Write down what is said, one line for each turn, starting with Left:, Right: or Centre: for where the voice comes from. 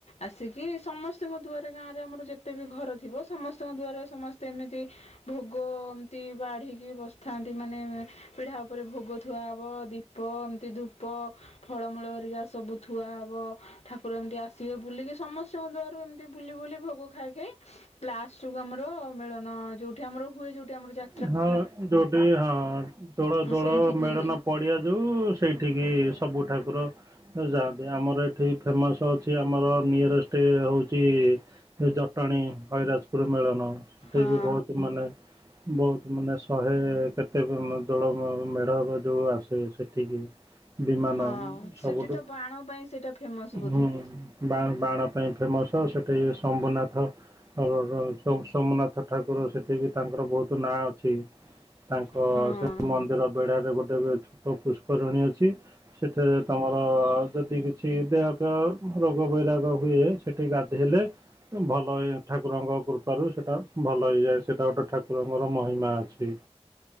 Left: ଆସିକି ସମସ୍ତିଙ୍କ ଦୁଆରେ ଗାଁରେ ଆମର ଯେତେ ବି ଘର ଥି ଥିବ ସମସ୍ତଙ୍କ ଦୂଆରେ ସମସ୍ତେ ଏମିତି ଭୋଗ ଏମତି ବାଢିକି ବସିଥାନ୍ତି ମାନେ ପିଢା ଓପରେ ଭୋଗ ଥୁଆ ହବ ଦୀପ ଏମତି ଧୂପ ଫଳମୂଳ ହରିକା ସବୁ ଥୁଆ ହବ। ଠାକୁର ଏମତି ଆସିବେ ବୁଲିକି ସମସ୍ତିଙ୍କ ଦୂଆରୁ ଏମତି ବୁଲି ବୁଲି ଭୋଗ ଖାଇ ଖାଇ ଲାଷ୍ଟେକୁ ଆମର ମିଳନ ଯୋଉଠି ଆମର ହୁଏ ଯୋଉଠି ଆମର ଯା
Right: ହଁ ଯୋଉଠି ହଁ ଦୋଳ
Left: ହଁ
Right: ଦୋଳ
Left: ସେଇଠିକି
Right: ମେଳନ ପଡ଼ିଆ ଯୋଉ ସେଇଠିକି ସବୁ ଠାକୁର ଯାଆନ୍ତି ଆମର ଏଠି ଫେମସ ଅଛି ସିଏ ଆମର ନିିଅରେଷ୍ଟ ହୋଉଚି ଜଟଣୀ ହଇରାଜପୁର ମେଳନ। ସେଟା
Left: ହଁ
Right: ବି ବୋହୁତ ମାନେ ବୋହୁତ ମାନେ ଶହେ କେତେକ ଦୋଳ ମ ମେଢ଼ ହବ ଯୋଉ ଆସେ ସେଠିକି। ବିମାନ
Left: ହଁ
Right: ସବୁଠୁ
Left: ସେଠି ତ ବାଣ ପାଇଁ ସେଇଟା ଫେମସ୍ ବୋଧେ
Right: ହୁଁ। ବା ବାଣ ପାଇଁ ଫେମସ ସେଠି ଏ ସମ୍ଭୁନାଥ ଓରୋ ରୋ ସୋ ସୋମନାଥ ଠାକୁର ସେଠି ବି ତାଙ୍କର ବୋହୁତୁ ନାଁ ଅଛି। ତାଙ୍କ
Left: ହଁ
Right: ସେ ମନ୍ଦିର ବେଢାରେ ଗୋଟେ ବି ଛୋଟ ପୁଷ୍ପରିଣୀ ଅଛି ସେଠାରେ ତମର ଯଦି କିଛି ଦେହଫେହ ରୋଗ ବୈରାଗ ହୁଏ ସେଠି ଗାଧେଇଲେ ଏ ଭଲ ଏ ଠାକୁରଙ୍କ କୃପାରୁ ସେଇଟା ଭଲ ହେଇଯାଏ ସେଇଟା ଗୋଟେ ଠାକୁରଙ୍କର ମହିମା ଅଛି। ଛି